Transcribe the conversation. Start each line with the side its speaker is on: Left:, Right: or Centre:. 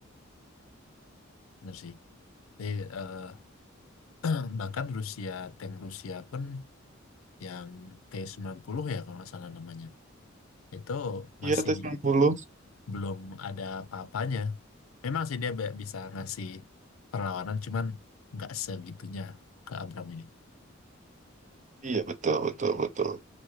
Left: benar sih. Jadi, eh, <clears throat> bahkan Rusia, tank Rusia pun yang t sembilan puluh ya kalau nggak salah namanya, itu
Right: Iya,
Left: masih
Right: t sembilan puluh
Left: belum ada apa-apanya. Memang sih dia be- bisa ngasih perlawanan, cuman nggak segitunya ke Abram ini.
Right: Iya, betul, betul, betul.